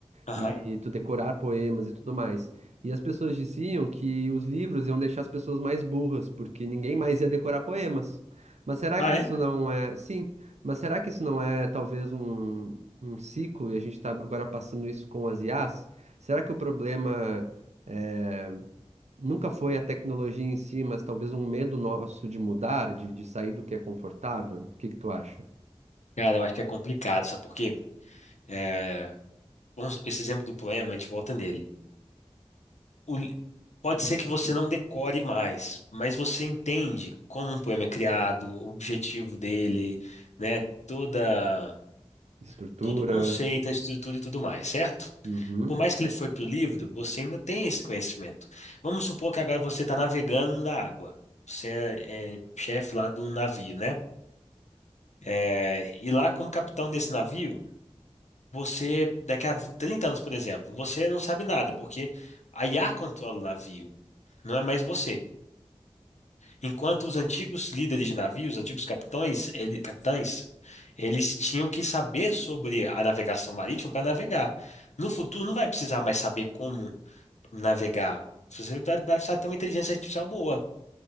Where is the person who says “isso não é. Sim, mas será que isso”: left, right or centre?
Right